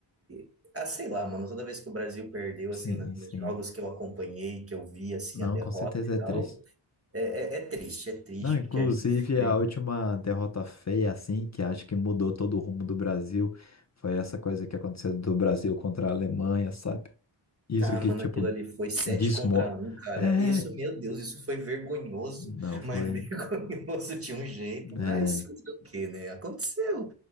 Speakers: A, on the right (about 30°); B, on the left (about 35°).
A: e. Ah, sei lá, mano, toda vez que o Brasil perdeu,
B: Sim,
A: assim, na- nos
B: sim.
A: jogos que eu acompanhei, que eu vi, assim,
B: Não,
A: a derrota
B: com certeza
A: e
B: é triste.
A: tal, é, é, é triste, é triste,
B: Não, inclusive
A: porque a gente sempre
B: a última derrota feia, assim, que acho que mudou todo o rumo do Brasil, foi essa coisa que aconteceu do Brasil contra a Alemanha, sabe? Isso
A: Ah,
B: que,
A: mano,
B: tipo,
A: aquilo ali foi 7
B: desmo...
A: contra um, cara.
B: É,
A: Isso, meu Deus, isso foi vergonhoso.
B: não foi...
A: Mas <laughs> vergonhoso tinha um jeito, mas
B: é,
A: fazer o quê, né? Aconteceu.